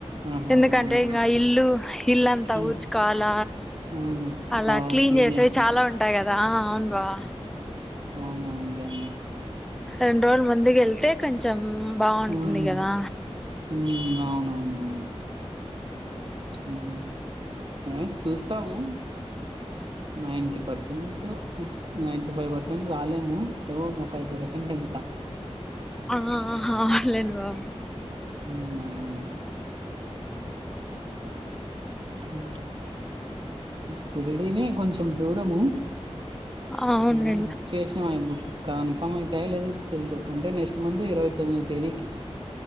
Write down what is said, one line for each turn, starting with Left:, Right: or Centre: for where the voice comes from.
Right: ఆహా
Centre: ఎందుకంటే
Right: అవునవును
Centre: ఇంగా ఇల్లు ఇల్లంతా
Right: మ్మ్
Centre: ఊడుచ్కోవాల
Right: మ్మ్
Centre: అలా
Right: అవు
Centre: క్లీన్ చేసేవి
Right: చేసుకో
Centre: చాలా ఉంటాయి కదా అవును బావ
Right: అవునవున్ లే
Centre: రెండు రోజుల్ ముందుగెళ్తే కొంచెం బాగుంటుంది
Right: ఉం
Centre: కదా
Right: ఉం అవునవునవును ఉం ఏ చూస్తాము ninety percent ninety five percent రాలేము ఏవో ఫైవ్ పర్సెంట్ ఇంకా
Centre: ఆహా అ ఆ లేద్ బావ
Right: అవున ఉం సిరిడినే కొంచెం దూరము
Centre: అవునండి
Right: నేను బుక్ చేసినా బుక్ కన్ఫర్మ్ అయితాయా లేదో తెలీదు అంటే నెక్స్ట్ మంత్ ఇరవై తొమ్మి <inaudible> తేదీకి